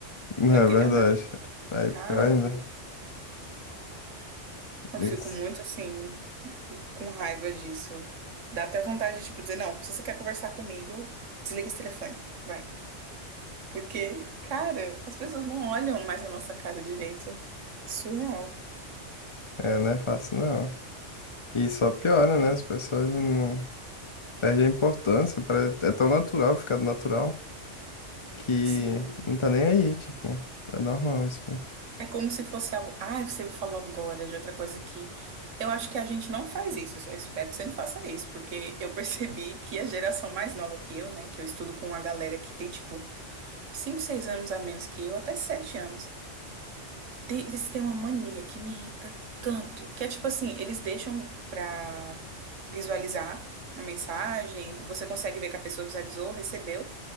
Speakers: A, on the left (about 30°); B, on the right (about 80°).
A: Não
B: não
A: é
B: entendeu
A: verdade.
B: nada.
A: Aí
B: Cara,
A: pior ainda.
B: eu
A: Isso.
B: fico muito assim, com raiva disso. Dá até vontade de, tipo, dizer, não, se você quer conversar comigo, desliga esse telefone, vai. Porque, cara, as pessoas não olham mais a nossa cara direito. Surreal.
A: É, não é fácil, não. E só piora, né? As pessoas não. Perde a importância, pare- é tão natural ficar natural que
B: Sim.
A: não tá nem aí, tipo, é normal isso. aí.
B: É como se fosse algo. Ah, você me falou agora de outra coisa que eu acho que a gente não faz isso. Eu espero que você não faça isso, porque eu percebi que a geração mais nova que eu, né, que eu estudo com uma galera que tem tipo 5, 6 anos a menos que eu, até 7 anos, tem- eles têm uma mania que me irrita tanto, que é tipo assim, eles deixam pra visualizar a mensagem, você consegue ver que a pessoa visualizou, recebeu,